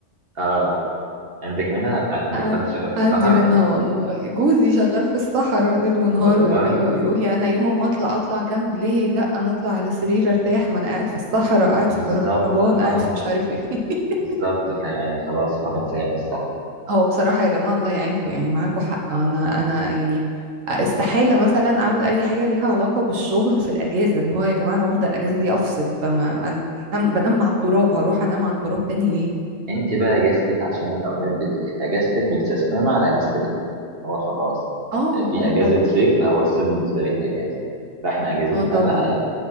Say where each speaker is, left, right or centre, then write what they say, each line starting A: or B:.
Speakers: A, on the right; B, on the right.
A: اه عندك منها عندك
B: عن-
A: حد شغال في الصحراء
B: عندي منها والله جوزي شغال في الصحراء ليل ونهار
A: والله
B: ويقول لي انا يوم ما اطلع اطلع كامب ليه لا انا اطلع على سرير ارتاح ما انا قاعد في الصحراء قاعد
A: بالظبط
B: في كربان
A: اه
B: قاعد في مش عارف ايه <laughs>
A: بالظبط فيعني خلاص الواحد زهق من الصحراء
B: هو بصراحة يا جماعة الله يعينكم يعني معاكم حق انا انا يعني استحالة مثلا اعمل اي حاجة ليها علاقة بالشغل في الاجازة اللي هو يا جماعة انا واخدة الاجازة دي افصل فما انا بنام على التراب هروح انام على التراب تاني ليه
A: انت بقى اجازتك عشان الاولاد بت... اجازتك متسيستمه على اجازه هو خلاص
B: اه
A: في
B: اه
A: اجازه
B: طبعا
A: صيف هو الصيف بالنسبه لك اجازه فاحنا اجازتنا
B: اه طبعا
A: بقى